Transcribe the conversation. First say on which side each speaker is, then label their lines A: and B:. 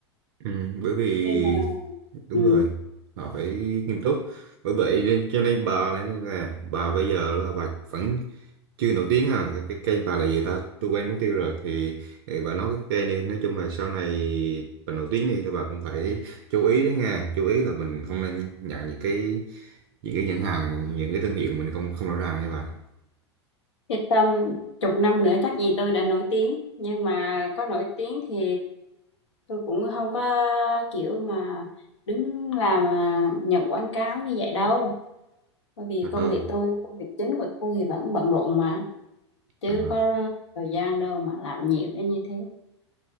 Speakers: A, on the right; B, on the left.
A: Ừ, bởi vì
B: Nên là
A: đúng
B: ừ.
A: rồi họ phải nghiêm túc bởi vậy nên cho nên bà là nên là bà bây giờ là bà vẫn chưa nổi tiếng à cái cái kênh bà là gì ta tôi quên mất tiêu rồi thì, thì bà nói cái kênh này nói chung là sau này bà nổi tiếng đi thì bà cũng phải chú ý đấy nha chú ý là mình không nên nhận những cái những cái nhãn hàng những cái thương hiệu mình không không rõ ràng nha bà
B: Yên tâm, chục năm nữa chắc gì tôi đã nổi tiếng. Nhưng mà có nổi tiếng thì tôi cũng không có kiểu mà đứng làm à, nhận quảng cáo như vậy đâu. Bởi vì
A: thật
B: công
A: không
B: việc tôi, công việc chính của tôi thì vẫn bận rộn mà. Chứ
A: à,
B: có thời gian đâu mà làm nhiều đến như thế.